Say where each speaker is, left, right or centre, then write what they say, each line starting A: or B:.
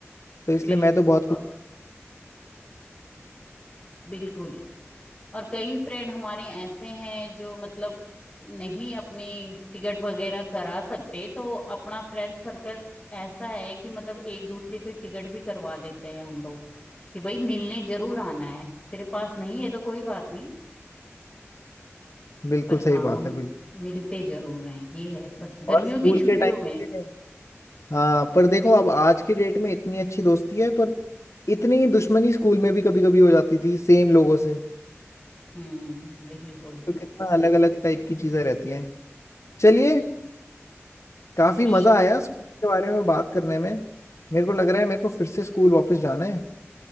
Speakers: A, on the left (about 75°); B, on the left (about 20°).
A: तो इसलिए
B: बिल्कुल
A: मैं तो बहुत खुश
B: अ, बिल्कुल और कई फ्रेंड हमारे ऐसे हैं जो मतलब नहीं अपनी टिकट वगैरह करा सकते तो अपना फ्रेंड सर्कल ऐसा है कि मतलब एक दूसरे के टिकट भी करवा लेते हैं हम लोग कि भाई मिलने जरूर आना है तेरे पास नहीं है तो कोई बात नहीं
A: बिल्कुल
B: पर
A: सही
B: हाँ
A: बात
B: हम
A: है बिल्कुल
B: मिलते जरूर हैं ये है बस
A: और
B: गर्मियों
A: स्कूल
B: की छुट्टियों
A: के टाइम
B: में
A: हाँ पर देखो अब आज की डेट में इतनी अच्छी दोस्ती है पर इतनी दुश्मनी स्कूल में भी कभी कभी हो जाती थी सेम लोगों से
B: हम्म बिल्कुल
A: तो कितना अलग अलग टाइप की चीजें रहती हैं चलिए काफी
B: ठीक
A: मजा आया स्कूल के बारे में बात करने में मेरे को लग रहा है मेरे को फिर से स्कूल वापस जाना है